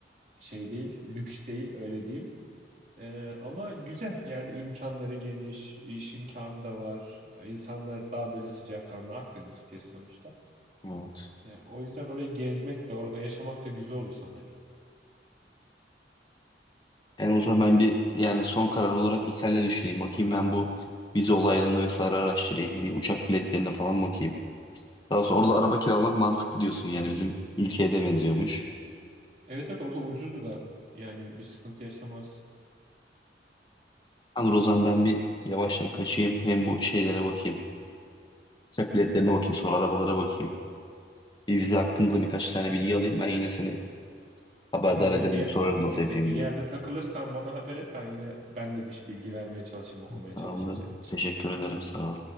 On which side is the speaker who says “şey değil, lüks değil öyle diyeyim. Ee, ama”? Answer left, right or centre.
Right